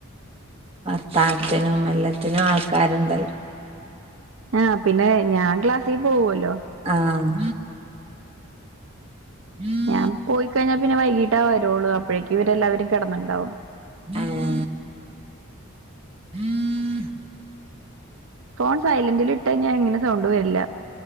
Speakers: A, on the right; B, on the right.
A: വർത്താനത്തിനും എല്ലത്തിനും ആൾക്കാരുണ്ടല്ലോ
B: ആഹ് പിന്നെ ഞാൻ ക്ലാസ്സിൽ പോവൂല്ലോ
A: ആഹ് മ്മ്മ്
B: ഞാൻ പോയിക്കഴിഞ്ഞാൽ പിന്നെ വൈകീട്ടേ വരൂള്ളൂ അപ്പോഴേക്കും ഇവരെല്ലാവരും കെടന്നിട്ടുണ്ടാവും
A: ഇമ്മ്മ് ഇമ്മ്മ്മ്
B: ഫോൺ സൈലന്റിൽ ഇട്ട് കഴിഞ്ഞാൽ ഇങ്ങനെ സൗണ്ട് വരില്ല